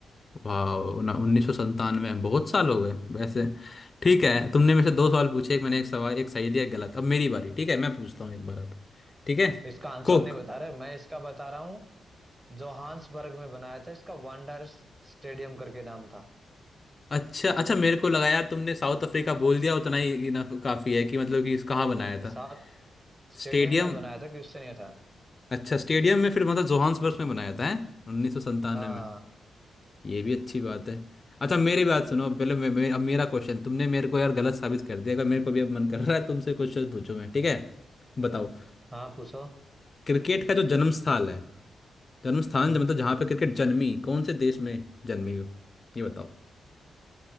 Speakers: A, on the left; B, on the right.
A: वाह उन्नीस सौ संतानवे बहुत साल हो गए वैसे ठीक है तुमने मेरे से दो सवाल पूछे एक मैंने एक सवाल एक सही दिया एक गलत अब मेरी बारी ठीक है मैं पूछता हूँ एक बार अब ठीक है
B: तो इसका आंसर
A: कोक
B: नहीं बता रहे मैं इसका बता रहा हूँ जोहान्सबर्ग में बनाया था इसका वांडर स्टेडियम करके नाम था
A: अच्छा अच्छा मेरे को लगा यार तुमने साउथ अफ्रीका बोल दिया उतना ही ये ना काफी है कि मतलब कि इस कहाँ
B: नहीं
A: बनाया
B: नहीं नहीं
A: था
B: साउथ स्टेडियम
A: स्टेडियम
B: में बनाया था क्वेश्चन ये था
A: अच्छा स्टेडियम में फिर मतलब जोहान्सबर्ग में बनाया था है उन्नीस सौ संतानवे
B: हाँ
A: में ये भी अच्छी बात है अच्छा मेरी बात सुनो पहले मे, मे, अब मेरा क्वेश्चन तुमने मेरे को यार गलत साबित कर दिया अगर मेरे को भी अब मन कर रहा है तुमसे क्वेश्चन पूछूं मैं ठीक है बताओ
B: हाँ पूछो
A: क्रिकेट का जो जन्म स्थल है जन्म स्थान
B: हम्म।
A: जो मतलब जहाँ पे क्रिकेट जन्मी कौन से देश में जन्मी हो ये बताओ